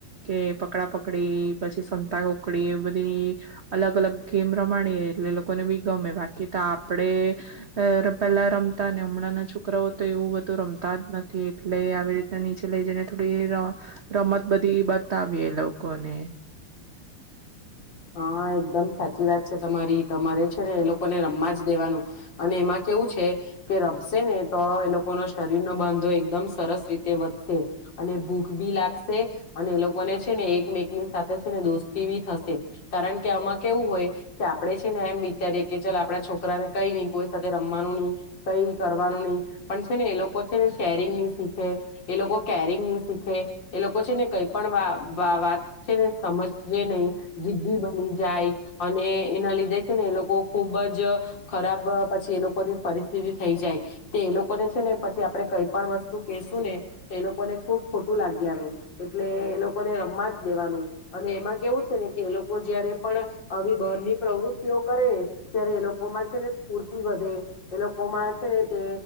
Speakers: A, on the right; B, on the left.
A: કે પકડા પકડી પછી સંતા ગકડી બધી અલગ અલગ ગેમ રમાડીએ એટલે એ લોકોને બી ગમે. બાકી તો આપણેે પેલા રમતા ને હમણાં ના છોકરાઓ તો એવું બધું રમતા જ નથી એટલે આવી રીતના નીચે લઈ જઈને થોડી ર રમત બધી બતાવીએ લોકોને.
B: હા એકદમ સાચી વાત છે, તમારી તમારે છે ને એ લોકોને રમવા જ દેવાનું અને એમાં કેવું છે કે રમશે ને તો એ લોકોનો શરીર નો બાંધો એકદમ સરસ રીતે વધશે અને ભૂખ બી લાગશે અને એ લોકોને છે ને એકમેકની સાથે છે ને દોસ્તી બી થશે. કારણ કે આમાં કેવું હોય કે આપે છે ને એમ વિચારીએ કે ચાલ આપણા છોકરાને કઈ નહી કોઈ સાથે રમવાનું નહી કઈ કરવાનું નહી પણ છે ને એ લોકો છે ને શેરિંગ નહી શીખે એ લોકો કેરિંગ ની શીખે એ લોકો છે ને કઈ પણ વા વા વાત છે ને સમજ જે નહી. જિદ્દી બની જાય અને એના લીધે છે ને એ લોકો ખુબ જ ખરાબ પછી એ લોકોની પરિસ્થિતિ થઈ જાય તો એ લોકોને છે ને પછી આપડે કઈ પણ વસ્તુ કેશું ને તો એ લોકોને ખુબ ખોટું લાગી આવે એટલે એ લોકોને રમવા જ દેવાનું અને એમાં કેવું છે ને કે એ લોકો જયારે પણ આવી બહારની પ્રવૃત્તિઓ કરે ને ત્યારે એ લોકોમાં છે ને સ્ફૂર્તિ વધે એ લોકોમાં છે ને તે